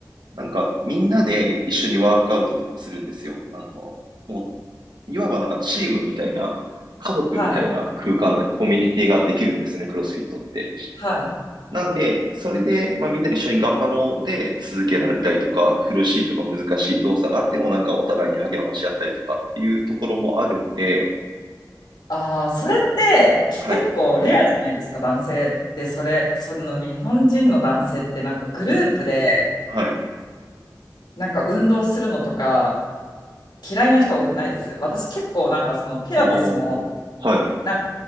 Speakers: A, on the right; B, on the left.
A: なんかみんなで一緒にワークアウトとかするんですよ。あの、もう、いわばなんかチームみたいな、家族みたいな空間、
B: はい。
A: コミュニティができるんですよね、クロスフィットって。
B: はい
A: なんで、それで、まあ、みんなで一緒に頑張ろうで続けられたりとか、苦しいとか難しい動作があっても、なんかお互いに励まし合ったりとかっていうところもあるんで、
B: ああ、それって結構レアじゃないですか、
A: はい、
B: 男性で、それ、その日本人の男性ってなんかグループで
A: はい。
B: なんか運動するのとか嫌いな人多くないです。私結構なんかそのピラティスも
A: あーはい。
B: なんか